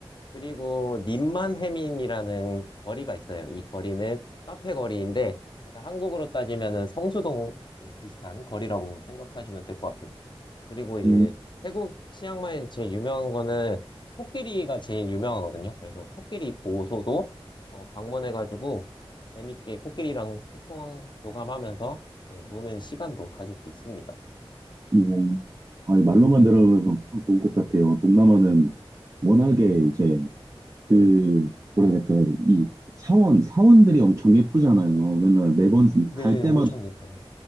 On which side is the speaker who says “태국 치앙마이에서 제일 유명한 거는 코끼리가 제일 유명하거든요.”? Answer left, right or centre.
Left